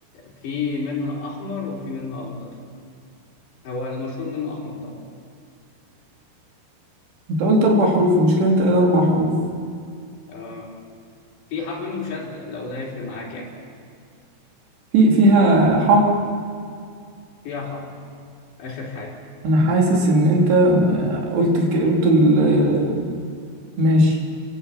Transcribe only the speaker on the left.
في منها احمر وفي منها اخضر هو المشهور منه احمر طبعا
اه في حرف منه مشد لو ده هيفرق معاك يعني
فيها حرف اخر حاجه